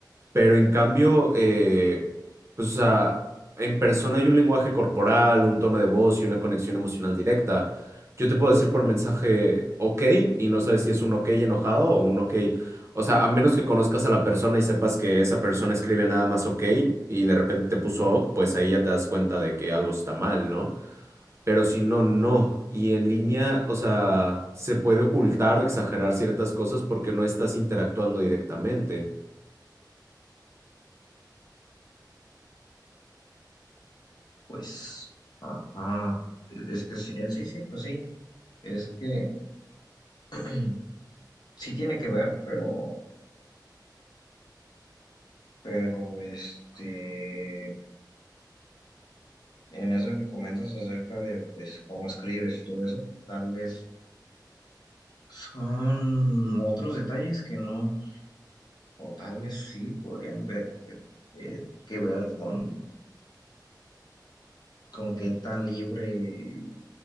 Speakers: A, on the right; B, on the left.
A: Pero en cambio, eh, pues, o sea, en persona hay un lenguaje corporal, un tono de voz y una conexión emocional directa. Yo te puedo decir por mensaje ok y no sabes si es un ok enojado o un ok. O sea, a menos que conozcas a la persona y sepas que esa persona escribe nada más ok y de repente te puso ok, pues ahí ya te das cuenta de que algo está mal, ¿no? Pero si no, no. Y en línea, o sea, se puede ocultar o exagerar ciertas cosas porque no estás interactuando directamente.
B: Pues, ajá, es que sí, eh, sí, sí, pues sí, es que <clears throat> sí tiene que ver, pero, pero este, en eso que comentas acerca de, pues, cómo escribes y todo eso, tal vez son otros detalles que no, o tal vez sí podrían ver, que, eh, que ver con, con qué tan libre